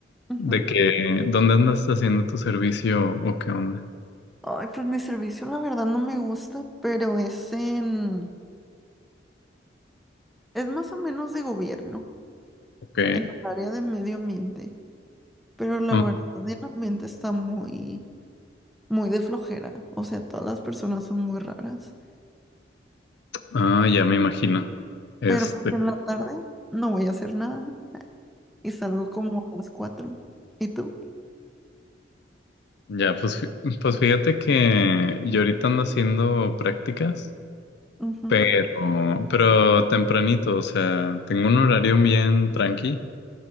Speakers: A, in the centre; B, on the left.
A: Ujú.
B: de que, ¿dónde andas haciendo tu servicio o qué onda?
A: Ay, pues mi servicio la verdad no me gusta, pero es en, es más o menos de gobierno,
B: Ok.
A: en la área de medio ambiente. Pero la
B: Ah,
A: verdad el ambiente está muy, muy de flojera. O sea, todas las personas son muy raras.
B: ah, ya me imagino. Este...
A: Pero pues en la tarde no voy a hacer nada. y salgo como a las 4. ¿Y tú?
B: Ya, pues, fí- pues fíjate que yo ahorita ando haciendo prácticas,
A: Ujú.
B: pero, pero tempranito, o sea, tengo un horario bien tranqui,